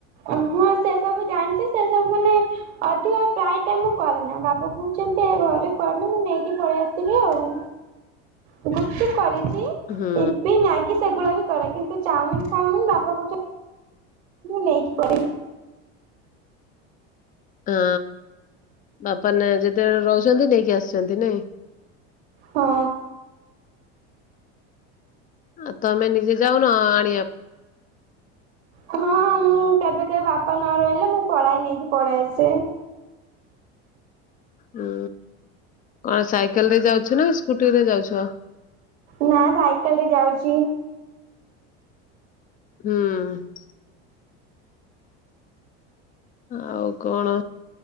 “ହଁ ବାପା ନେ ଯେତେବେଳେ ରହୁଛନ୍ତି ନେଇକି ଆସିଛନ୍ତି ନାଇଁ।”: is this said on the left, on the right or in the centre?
Left